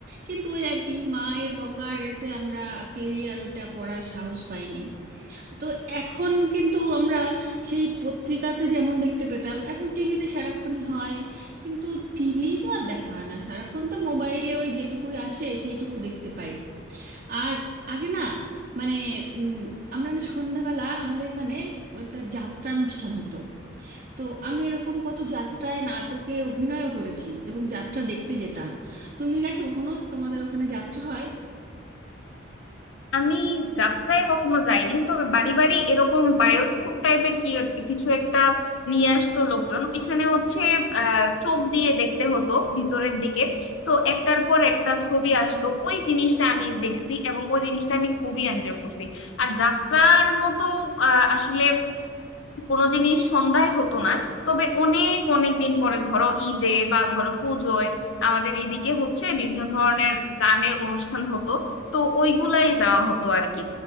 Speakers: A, on the right (about 40°); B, on the left (about 85°).
A: কিন্তু ওই আর কি মায়ের বকার এতে আমরা কেউই আর ওইটা পড়ার সাহস পাইনি তো এখন কিন্তু আমরা সেই পত্রিকাতে যেমন দেখতে পেতাম এখন টিভিতে সারাক্ষণই হয় কিন্তু টিভি তো আর দেখা হয় না সারাক্ষণ তো মোবাইলে ওই যেটুকুই আসে সেইটুকু দেখতে পাই আর আগে না মানে উম, আমরা না সন্ধ্যাবেলা আমাদের এখানে একটা যাত্রা অনুষ্ঠান হতো তো আমি এরকম কত যাত্রায় নাটকে অভিনয়ও করেছি এবং যাত্রা দেখতে যেতাম তুমি গেছো কখনো তোমাদের ওখানে যাত্রা হয়
B: আমি যাত্রায় কখনো যাইনি তবে বাড়ি বাড়ি এরকম বায়োস্কোপ টাইপের কি এক- কিছু একটা নিয়ে আসতো লোকজন এখানে হচ্ছে আহ, চোখ দিয়ে দেখতে হতো ভিতরের দিকে তো একটার পর একটা ছবি আসতো ওই জিনিসটা আমি দেখছি এবং ওই জিনিসটা আমি খুবই এনজয় করছি আর যাত্রার মতো আহ, আসলে কোনো জিনিস সন্ধ্যায় হতো না তবে অনেক অনেক দিন পরে ধরো ঈদে বা ধরো পুজোয় আমাদের এদিকে হচ্ছে বিভিন্ন ধরনের গানের অনুষ্ঠান হতো তো ওইগুলাই যাওয়া হতো আর কি